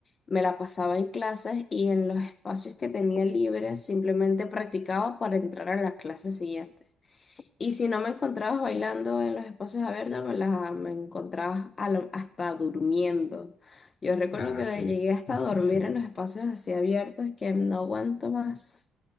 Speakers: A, on the left; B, on the left.
A: me la pasaba en clases y en los espacios que tenía libres simplemente practicaba para entrar a la clase siguiente. Y si no me encontrabas bailando en los espacios abiertos, me, la, me encontrabas a lo- hasta durmiendo. Yo recuerdo
B: Ah,
A: que
B: sí,
A: llegué hasta a
B: sí,
A: dormir
B: sí.
A: en los espacios así abiertos que no aguanto más.